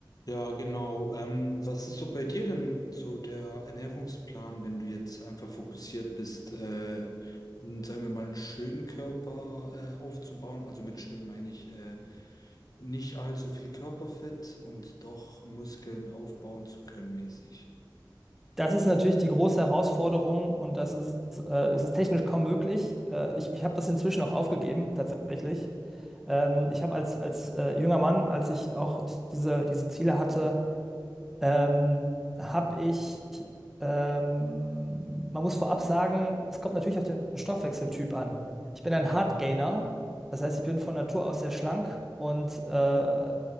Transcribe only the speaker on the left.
Ja, genau. Ähm, was ist so bei dir denn so der Ernährungsplan, wenn du jetzt einfach fokussiert bist, äh, n- sagen wir mal, einen schönen Körper, äh, aufzubauen? Also mit schön meine ich, äh, nicht allzu viel Körperfett und doch Muskeln aufbauen zu können mäßig.